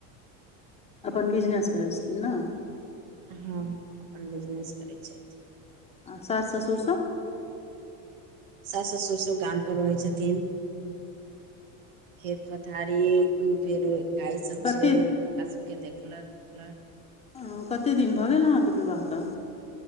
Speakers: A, on the left; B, on the right.
A: अपन बिजनेस करै छथि ने
B: हँ अपन बिजनेस करै छथि
A: आ सास ससुर सभ
B: सास-ससुर सभ गाम पर रहै छथि खेत पथारी उ फेर गाय सभ
A: कतेक
B: छै, हुनका सभके देखलक भाल करै छथि
A: ओ, कतेक दिन भऽ गेल अहाँके विवाहके